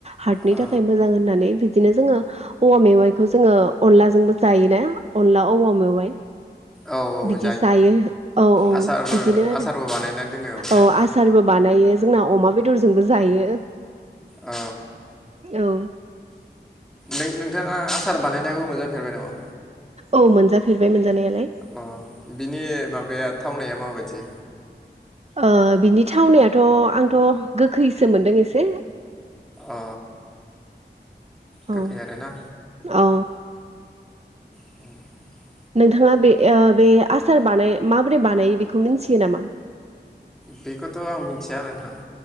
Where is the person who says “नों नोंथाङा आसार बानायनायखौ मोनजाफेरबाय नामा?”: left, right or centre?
Centre